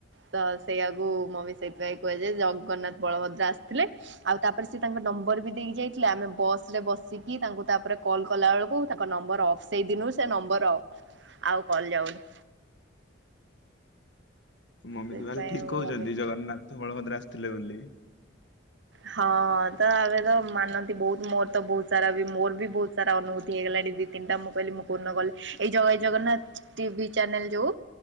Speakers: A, on the right; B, on the left.
A: ତ ସେଇଆକୁ ମମି ସେଇଥିପାଇଁ କୁହଜାୟେ ଜଗନ୍ନାଥ ବଳଭଦ୍ରା ଆସିଥିଲେ ଆଉ ତାପରେ ସେ ତାଙ୍କ ନମ୍ ନମ୍ବରବି ଦେଇ ଯାଇଥିଲେ ଆମେ ବସ ରେ ବସିକି ତାଙ୍କୁ ତାପରେ କଲ୍ କଲାବେେଳକୁ ତାଙ୍କ ନମ୍ବର ଅଫ୍ ସେଇଦିନୁ ସେ ନମ୍ବର
B: ହ
A: ଅଫ ଆଉ କଲ ଯାଉନି
B: ମମି
A: ସେଥିପାଇଁ
B: ତାହାହେଲେ ଠିକ
A: ମୋ
B: କହୁଛନ୍ତି
A: ମମି
B: ଜଗନ୍ନାଥ ବଳଭଦ୍ରା ଥିଲେ ବୋଲିକି
A: ହଁ ତ ଏବେ ତ ମାନନ୍ତି ବହୁତ ମୋର ତ ବହୁତ ସାରା ବି ମୋର ବି ବହୁତ ସାରା ଅନୁଭୂତି ହେଇଗଲା ଦି ତିନିଟା ମୁଁ କହିଲି ମୁଁ ପୂର୍ଣ୍ଣ କଲେ ଏଇ ଜଗ ଜଗନ୍ନାଥ ଟିଭି ଚ୍ୟାନେଲ ଯୋଉ